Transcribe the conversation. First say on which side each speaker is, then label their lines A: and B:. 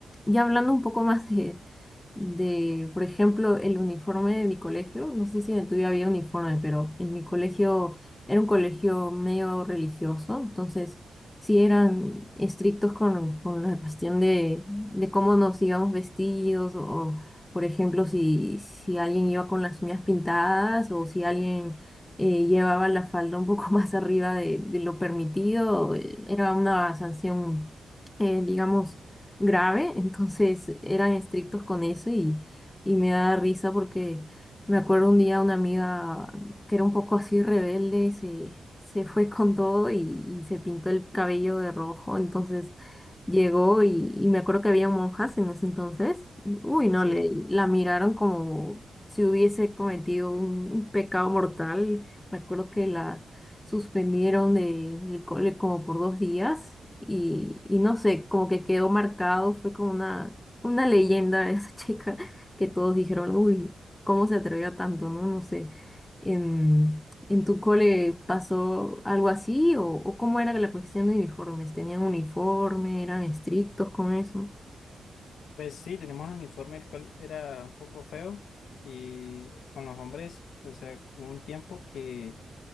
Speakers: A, on the left; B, on the left.
A: ya hablando un poco más de, de, por ejemplo, el uniforme de mi colegio, no sé si en el tuyo había uniforme, pero en mi colegio era un colegio medio religioso, entonces sí eran estrictos con, con la cuestión de, de cómo nos íbamos vestidos o por ejemplo, si, si alguien iba con las uñas pintadas o si alguien eh, llevaba la falda un poco <laughs> más arriba de, de lo permitido, eh, era una sanción, eh, digamos, grave. Entonces eran estrictos con eso y, y me da risa porque me acuerdo un día una amiga que era un poco así rebelde, se, se fue con todo y, y se pintó el cabello de rojo. Entonces llegó y, y me acuerdo que había monjas en ese entonces. Uy, no,
B: Sí,
A: le, la miraron como si hubiese cometido un, un pecado mortal. Me acuerdo que la suspendieron de- del cole como por dos días y, y no sé, como que quedó marcado, fue como una, una leyenda esa <laughs> chica que todos dijeron, uy, ¿cómo se atrevió a tanto? No, no sé. ¿En, en tu cole pasó algo así o, o cómo era la cuestión de uniformes? ¿Tenían uniforme? ¿Eran estrictos con eso?
B: pues sí, tenemos un uniforme el cual era un poco feo y con los hombres, o sea, hubo un tiempo que